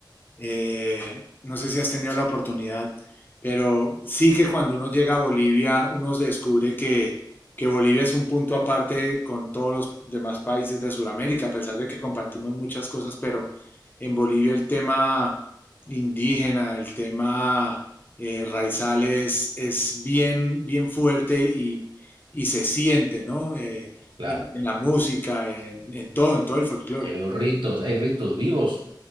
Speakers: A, on the left; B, on the right.
A: Eh, no sé si has tenido la oportunidad, pero sí que cuando uno llega a Bolivia, uno descubre que, que Bolivia es un punto aparte con todos los demás países de Sudamérica, a pesar de que compartimos muchas cosas, pero en Bolivia el tema indígena, el tema eh, raizales es bien, bien fuerte y, y se siente, ¿no? Eh,
B: claro,
A: y en la música, en, en todo, en todo el folclore.
B: en los ritos, hay ritos vivos